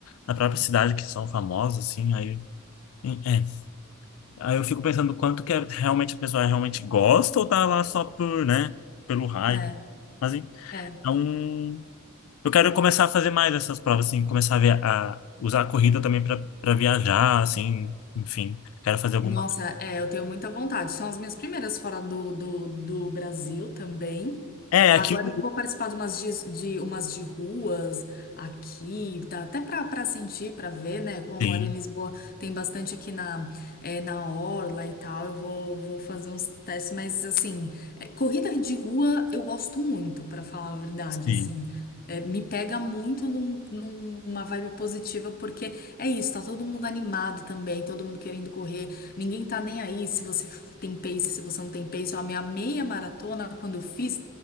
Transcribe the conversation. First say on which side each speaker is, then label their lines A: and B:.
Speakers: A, on the left (about 70°); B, on the left (about 45°).
A: na própria cidade que são famosos, assim, aí. É, aí eu fico pensando quanto que é, realmente a pessoa realmente gosta ou tá lá só por, né, pelo hype.
B: É,
A: Mas
B: é.
A: Então, eu quero começar a fazer mais essas provas, assim, começar a, via- a usar a corrida também para para viajar, assim, enfim, quero fazer alguma.
B: Nossa, é, eu tenho muita vontade. São as minhas primeiras fora do, do, do Brasil também.
A: É, aqui.
B: Agora que eu vou participar de umas de, de- umas de ruas aqui, tá? Até para para sentir, para ver, né? Como eu
A: Sim,
B: moro em Lisboa, tem bastante aqui na, eh, na Orla e tal. Eu vou, vou fazer uns testes, mas assim, eh, corrida de rua eu gosto muito, para falar a verdade,
A: sim,
B: assim. Eh, me pega muito num- numa vibe positiva, porque é isso, tá todo mundo animado também, todo mundo querendo correr, ninguém tá nem aí se você tem pace, se você não tem pace. Ó, a minha meia maratona, quando eu fiz.